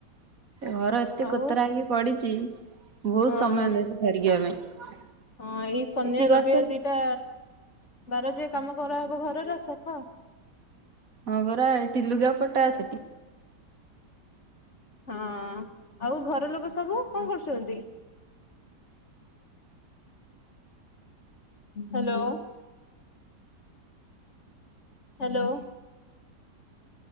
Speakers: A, on the right; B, on the left.
A: ଘର ଏତେ
B: ଆଉ
A: କୋତରା ହେଇକି ପଡ଼ିଛି, ବହୁତ
B: ହଁ
A: ସମୟ ନଉଛି ଖରିକି ବା ପାଇଁ।
B: ହଁ ଏଇ ଶନିବାର,
A: ଏଠି ବସ
B: ରବିବାର ଦିଟା ବାର ଯେ କାମ କରାହେବ ଘରର ସଫା।
A: ହଁ ପରା ଏଠି ଲୁଗା ପଟା ସେଠି
B: ହଁ, ଆଉ ଘର ଲୋକ ସବୁ କଣ କରୁଛନ୍ତି? ହାଲୋ। ହାଲୋ।